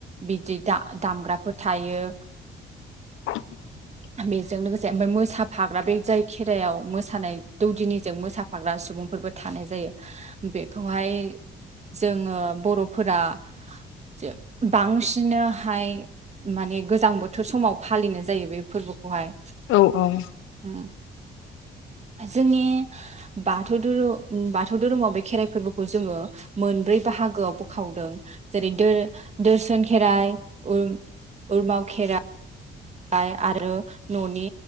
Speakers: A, on the right; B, on the left.
A: बिदि दा दामग्राफोर थायो
B: <unintelligible>
A: बेजों लोगोसे ओमफ्राय मोसाफाग्रा बे जाय खेरायाव मोसानाय दौदिनिजों मोसाफाग्रा सुबुंफोरबो थानाय जायो बेखौहाय जोङो बर'फोरा ज बांसिनहाय माने गोजां बोथोर समाव फालिनाय जायो बे फोरबोखौहाय
B: औ औ
A: उ जोंनि बाथौ धोरु बाथौ धोरोमाव बे खेराइ फोरबोखौ जोङो मोनब्रै बाहागोआव बखावदों जेरै दोरो दोरसन खेराइ उ उरमााव खेरा आ आरो न'नि